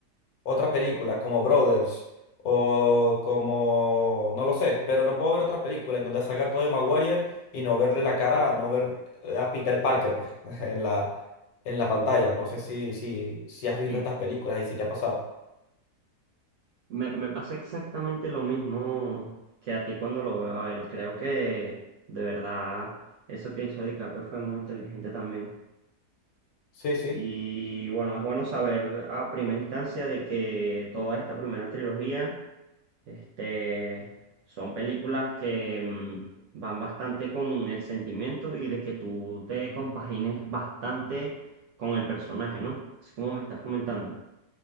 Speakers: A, on the left (about 70°); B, on the right (about 70°).
A: otra película como Brothers o como, no lo sé, pero no puedo ver otra película en donde salga Tobey Maguire y no verle la cara, no ver eh, a Peter Parker pues, <laughs> en la, en la pantalla. No sé si, si, si has visto
B: sí.
A: estas películas y si te ha pasado.
B: Me, me pasa exactamente lo mismo que a ti cuando lo veo a él. Creo que de verdad eso que hizo DiCaprio fue muy inteligente también.
A: Sí, sí.
B: Y bueno, es bueno saber a primera instancia de que toda esta primera trilogía, este, son películas que mm, van bastante con el sentimiento y de que tú te compagines bastante con el personaje, ¿no? Así como me estás comentando.